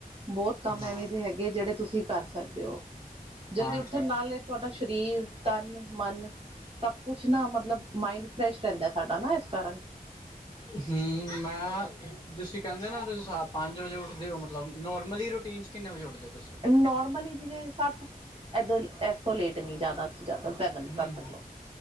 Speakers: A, on the right (about 35°); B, on the left (about 25°).
A: ਬਹੁਤ ਕੰਮ
B: ਹਾਂ।
A: ਐਵੇਂ ਦੇ ਹੈਗੇ ਜੇੜੇ ਤੁਸੀਂ ਕਰ ਸਕਦੇ ਓ ਜਲਦੀ
B: ਹਾਂਜੀ
A: ਉੱਠਣ ਨਾਲੇ ਤੁਹਾਡਾ ਸ਼ਰੀਰ, ਤਨ, ਮਨ ਸਭ ਕੁੱਛ ਨਾ ਮਤਲਬ ਮਾਇੰਡ ਫਰੈਸ਼ ਰੈਂਦਾ ਸਾਡਾ ਨਾ ਏਸ ਕਾਰਨ
B: ਹੂੰ ਮੈਂ ਤੁਸੀਂ ਕੈਂਦੇ ਨਾ ਤੁਸੀਂ ਪੰਜ ਵਜੇ ਉੱਠਦੇ ਔ ਮਤਲਬ ਨੋਰਮਲੀ ਰੂਟੀਨ ਚ ਕਿੰਨੇ ਵਜੇ ਉੱਠਦੇ ਤੁਸੀਂ
A: ਨੋਰਮਲੀ ਜਿਵੇਂ ਸੱਤ ਐਦੋਂ ਏਸ ਤੋਂ ਲੇਟ ਨੀ ਜਾਦਾ ਜਾਦਾ
B: ਹਮ
A: <unintelligible>